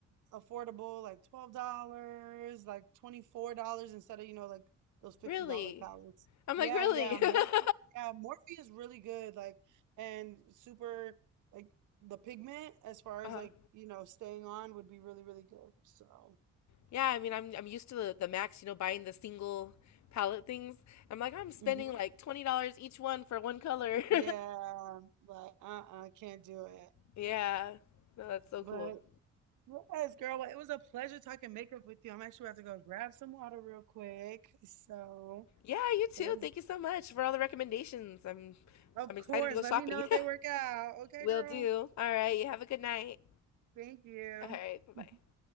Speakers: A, on the right; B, on the left.
A: affordable, like twelve dollars, like twenty four dollars instead of you know like those fifty
B: really,
A: dollar palettes.
B: I'm
A: Yeah,
B: like really.
A: yeah, Morphe.
B: <laughs>
A: Yeah, Morphe is really good. Like and super like the pigment as far
B: uh-huh.
A: as like you know staying on would be really really good. So.
B: Yeah, I mean, I'm I'm used to the, the Max, you know, buying the single palette things. I'm like, I'm spending
A: hmm
B: like twenty dollars each one for one color. <laughs>
A: Yeah, like uh-uh, can't do it.
B: Yeah, no, that's so
A: But
B: cool.
A: yes, girl, well, it was a pleasure talking makeup with you. I'm actually about to go grab some water real quick. So,
B: Yeah, you too.
A: but it was
B: Thank you so much for all the recommendations. I'm
A: Of
B: I'm
A: course.
B: excited to go
A: Let
B: shopping.
A: me know if they work out.
B: <laughs>
A: Okay,
B: Will
A: girl.
B: do. All right, you have a good night.
A: Thank you.
B: All right, bye bye.
A: <laughs>